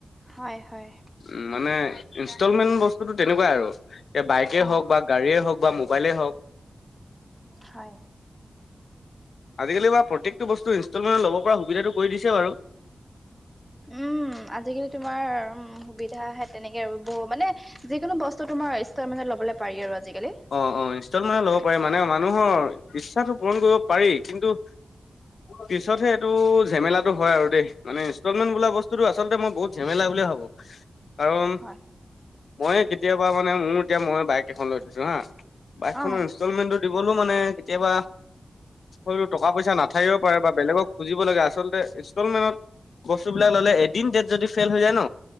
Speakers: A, in the centre; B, on the left.
A: হয়, হয়।
B: উম, মানে ইনষ্টলমেণ্ট বস্তুতটো তেনেকুৱাই আৰু এ বাইকে
A: অ
B: হওঁক বা গাড়ীয়ে হওঁক বা মোবাইলে হওঁক।
A: হয়।
B: আজিকালি বা প্ৰত্যেকটো বস্তু ইনষ্টলমেণ্ট ল'ব পৰা সুবিধাটো কৰি দিছো বাৰু।
A: উম, আজিকালি তোমাৰ সুবিধা হে তেনেকে আৰু বহু মানে যিকোনো বস্তু তোমাৰ ষ্টলমেন্টত ল'বলৈ পাৰি আৰু আজিকালি।
B: অ', অ', ইনষ্টলমেণ্ট ল'ব পাৰি মানে মানুহৰ ইচ্ছাটো পূৰণ কৰিব পাৰি। কিন্তু পিছতহে এইটো জেমেলাতো হয় আৰু দেই মানে ইনষ্টলমেণ্ট বোলা বস্তুটো আচলতে মই বহুত জেমেলা বুলিয়ে ভাবো। <inaudible> কাৰণ
A: হয়
B: মই কেতিয়াবা মানে মোৰ এতিয়া মই বাইক এখন লৈ থৈছো হা। বাইকখনৰ
A: অ
B: ইনষ্টলমেন্টটো দিবলৈও মানে কেতিয়াবা হয়তো টকা পইচা নাথাকিব পাৰে বা বেলেগক খুজিব লাগে আচলতে ইনষ্টলমেণ্টত বস্তু বিলাক ললে এদিন ডেট যদি ফেইল হৈ যায় ন